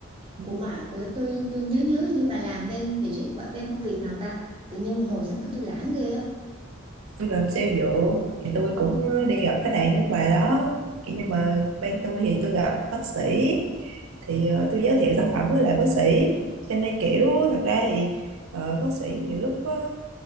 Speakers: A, on the right; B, on the right.
A: Ừ.
B: Ủa mà bữa tôi tôi nhớ nhớ như bà làm bên vị trí bên công việc nào ta tự nhiên một hồi xong cái tôi lãng ghê á
A: tôi làm sale dược thì tôi cũng ờ, đi gặp khách hàng nước ngoài đó Kiểu nhưng mà bên tôi thì tôi gặp bác sĩ thì ờ, tôi giới thiệu sản phẩm với lại bác sĩ cho nên kiểu thật ra thì ờ, bác sĩ nhiều lúc ờ,